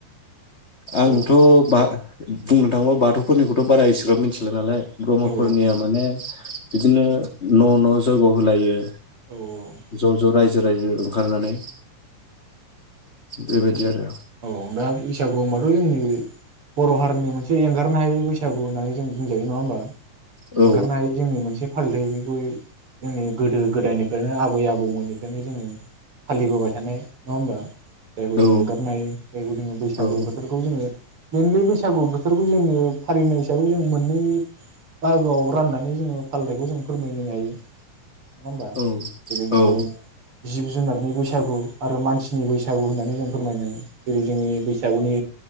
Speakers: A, on the left; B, on the right.
A: आंथ'
B: औ
A: बा बुंनो थाङोबा बाथौफोरनिखौथ' बारा इस <unintelligible> मिथिला नालाय ब्रह्मफोरनिया
B: औ
A: माने बिदिनो न' न' जयग' होलायो
B: औ
A: ज' ज' रायजो रायजो खारनानै बेबायदि आरो
B: औ दा बैसागु माग जोंनि बर' हारिनि मोनसे एंगारनो हायै बैसागु होननानै जों बुंजायो नङा होमबा।
A: औ
B: एंगारनो हायि जोंनि मोनसे फालिथाय बे <unintelligible> जोंनि गोदो गोदायनिफ्रायनो आबै आबौमोननिफ्रायनो जोङो फालिबोबाय थानाय नङा होबा जायखौ जों
A: औ
B: एंगारनो हायि जायखौ जोङो बैसागु
A: औ
B: बोथोरखौ जोङो मेनलि बैसागु बोथोरखौ जोङो फालिनाय हिसाबै जों मोननै बाहागोआव राननानै जोङो फालिथायखौ जों फोरमायहोनो हायो। नङा होमबा
A: औ
B: जेरै जोङो
A: औ
B: जिब जुनारनि बैसागु आरो मानसिनि बैसागु होननानै जों फोरमायनाय जेरै जोंनि बैसागुनि